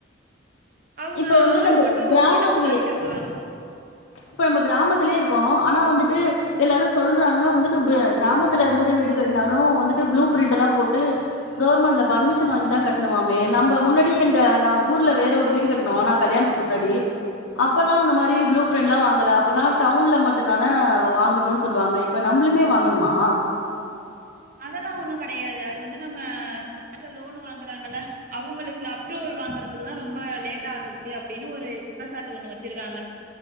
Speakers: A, on the right (about 45°); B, on the left (about 85°).
A: அவங்க
B: இப்ப வந்து
A: ஆளு
B: நம்ப
A: மட்டு
B: கிராமத்துலயே
A: அழச் அனுப்பி விடுவாங்க
B: இப்ப நம்ப கிராமத்துலயே இருக்கோ ஆனா வந்துட்டு எல்லாரு சொல்றாங்க வந்துட்டு கிராமத் துல இருந்து வீடு கட்னாலு வந்துட்டு ப்ளூ பிரிண்ட்டல்லா போட்டு கவர்மண்ட்ல பர்மிஷன் வாங்கிதா கட்ணுமாமே நம்ப முன்னாடி எங்க நா ஊர்ல வேற ஒரு வீடு கட்னோ நா கல்யாணத்துக் க்கு முன்னாடி அப்பல்லா அந்த மாரி ப்ளூ பிரண்ட்லா வாங்கல அப்பல்லா டவுன்ல மட்டுதானே வாங்கனுனு சொல்லுவாங்க இப் இப்போ நம்பளுமே வாங்கணுமா
A: அதெல்லா ஒண்ணு கெடையாது அது வந்து நம்ம பாங்க்ல லோனு வாங்குறாங்கள அவுங்களுக்கு அப்ரூவல் வாங்குறதுக்குதா ரொம்ப லேட்டாகுது அப்டின்னு ஒரு குற்றச்சாட்டு ஒண்ணு வச்சிருக்காங்க